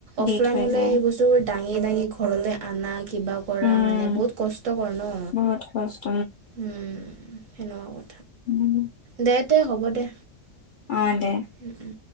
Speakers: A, on the left (about 65°); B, on the right (about 75°).
A: দি
B: অফলাইন
A: থৈ
B: হলে
A: যায়
B: সেই বস্তুোৰ দাঙি দাঙি ঘৰলৈ অনা কিবা কৰা
A: উম,
B: মানে বহুত কষ্টকৰ ন,
A: বহুত কষ্ট
B: উম সেনেকুৱা ক
A: উম
B: দে, তে, হ'ব দে
A: অ', দে
B: উম, উম।